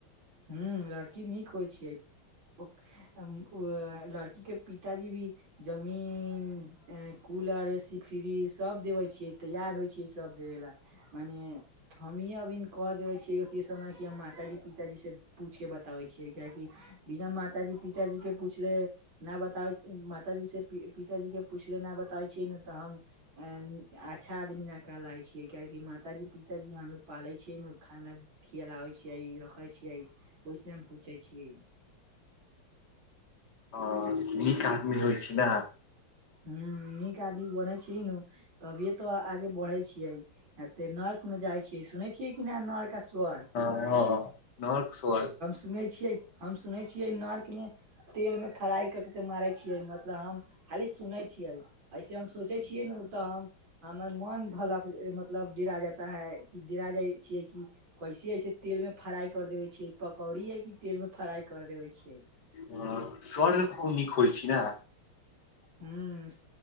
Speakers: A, on the right (about 65°); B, on the left (about 50°).
A: हूँ लड़ की नीक होय छै ओ उम्म ओ लड़की के पिताजी भी जमीन, ए कूलर, ए सी, फ्रीज सब देवे छै। छै, तैयार होय छै ई सब देबे ला मने हमही अभी न कह देबै छियै अथी समझ के हम माताजी-पिताजी से पूछ के बताबै छियै किएकि बिना माताजी-पिताजी के पुछले ना बताबै छी, ए माताजी से पी पिताजी के पुछले ना बताबै छीयै न तऽ हम ए अच्छा आदमी न कहलाय छियै, कियाकि मातााजी पिताजी हमरा पालै छियै नै खाना खिलायबै छियै, रखै छियै, ओय से हम पूछै छियै
B: ह नीक आदमी होय छैय ना।
A: ह नीक आदमी बनै छीही नू। तभिये तो आगे बढ़े छियै न ते नर्क में जाय छियै सुनै छियै कि नैय नर्क। कश्वर।
B: ह नर्क स्वर्ग।
A: सुनै छियै हम सुनै नर्क मे तेल मे फ्राय क के मारै छियै मतलब हम खाली सुनेै छियै। ऐसे हम सोचै छियै नू तऽ। हमर मन धलक मतलब डिरा जाता है कि डिरा जाय छियै की। कैसे ऐसे तेल में फ्राय कर देवे छियै पकौड़ी है कि तेल में फ्राय कर देवे छियै।
B: ह स्वर्ग खूब नीक होय छी ना।
A: ह